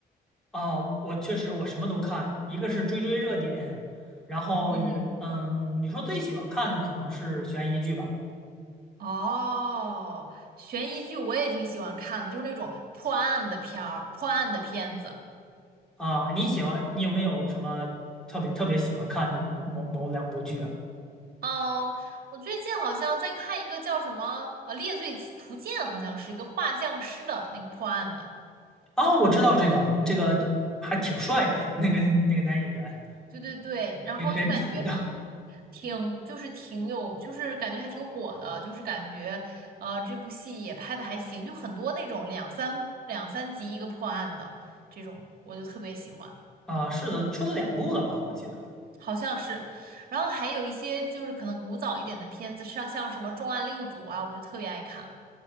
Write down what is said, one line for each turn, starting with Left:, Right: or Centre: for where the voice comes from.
Centre: 啊，我确实我什么都看，一个是追追热点，然后也嗯，
Right: 嗯，
Centre: 你说最喜欢看的可能是悬疑剧吧？
Right: 哦，悬疑剧我也挺喜欢看的，就是那种破案的片儿、破案的片子。
Centre: 啊，你喜欢你有没有什么特别特别喜欢看的某某两部剧啊？
Right: 哦，我最近好像在看一个叫什么呃《猎罪图鉴》，好像是一个画像师的那个破案的。
Centre: 啊，我知道这个这个还挺帅的，那个那个男演员
Right: 对对对，然后就感觉。
Centre: 挺神奇的
Right: 挺就是挺有，就是感觉还挺火的，就是感觉呃这部戏也拍的还行，就很多那种两三两三集一个破案的这种，我就特别喜欢，
Centre: 啊，是的，出了两部了吧？我记得。
Right: 好像是。然后还有一些就是可能古早一点的片子，像像什么《重案六组》啊，我就特别爱看。